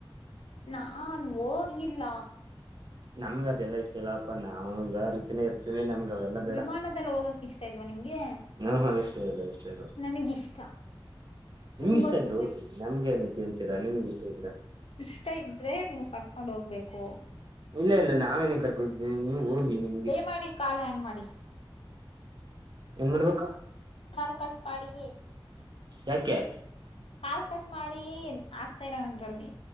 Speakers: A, on the left; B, on the right.
A: ನಾನ್ ಹೋಗಿಲ್ಲ
B: ನಮ್ಗ್ ಅದೆಲ್ಲ ಇಷ್ಟ ಇಲ್ಲ ಅಪ್ಪಾ ನಾವು ಇರೋ ರೀತಿನೇ ಇರ್ ಸರಿ ನಮ್ಗ್ ಅವೆಲ್ಲ ಬೇಡ
A: ವಿಮಾನದಲ್ಲ್ ಹೋಗಕ್ ಇಷ್ಟ ಇಲ್ವಾ ನಿಮ್ಗೆ.
B: ಹಾ ಹಾ ಇಷ್ಟ ಇಲ್ಲ ಇಷ್ಟ ಇಲ್ಲ.
A: ನನಿಗ್ ಇಷ್ಟ.
B: ನಿಮ್ಗ್
A: ತುಂಬಾ
B: ಇಷ್ಟ ಇದ್ರ
A: ತುಂಬಾ
B: ಹೋಗಿ ನಮ್ಗ್ ಏನಕ್ ಕೇಳ್ತಿರಾ ನಿಮ್ಗ್ ಇಷ್ಟ ಇದ್ರೆ.
A: ಇಷ್ಟ ಇದ್ರೆ ನಿಮ್ಗ್ ಕರ್ಕೊಂಡ್ ಹೋಗ್ಬೇಕು.
B: ಇಲ್ಲ ಇಲ್ಲ ನಾವೇನ್ ಕರ್ಕ ಹೋಗೀವಿ ನೀವ್ ಹೋಗಿ ನಿಮ್
A: ದಯ ಮಾಡಿ ಕಾಲ್ ಹ್ಯಾಂಗ್ ಮಾಡಿ.
B: ಏನ್ ಮಾಡ್ಬೇಕು
A: ಕಾಲ್ ಕಟ್ ಮಾಡಿ
B: ಯಾಕೆ
A: ಕಾಲ್ ಕಟ್ ಮಾಡಿ ಆಗ್ತಾ ಇಲಾ ನಂದ್ರಲ್ಲಿ.